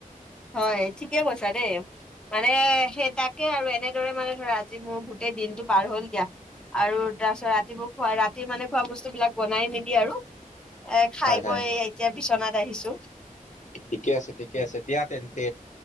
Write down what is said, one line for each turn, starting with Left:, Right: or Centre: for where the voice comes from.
Centre: হয়, ঠিকে কৈছা দেই। মানে সেই তাকে আৰু এনেদৰে মানে ধৰা আজি মোৰ এই দিনটো পাৰ হ'ল দিয়া। আৰু তাৰপিছত ৰাতিবোৰ খোৱা ৰাতি মানে খোৱা বস্তু বিলাক বনাই নিবি আৰু এ খাই
Left: হয়
Centre: বৈ,
Left: হয়
Centre: এতিয়া বিচনাত আহিছো।
Left: ঠিকে আছে ঠিকে আছে দিয়া তেন্তে।